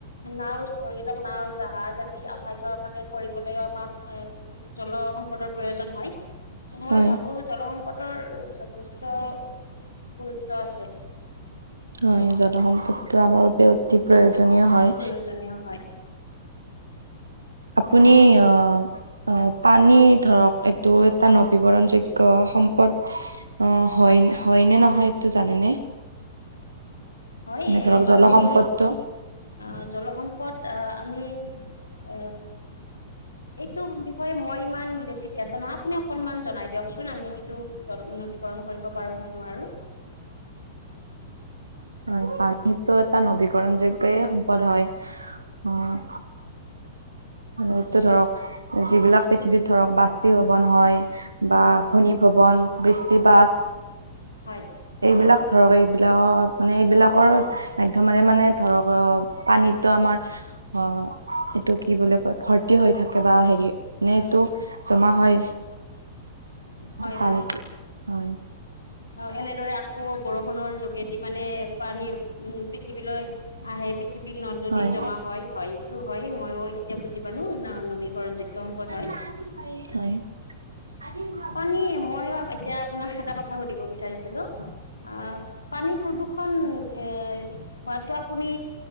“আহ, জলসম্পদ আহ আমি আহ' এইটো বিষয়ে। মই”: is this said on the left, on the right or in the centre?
Left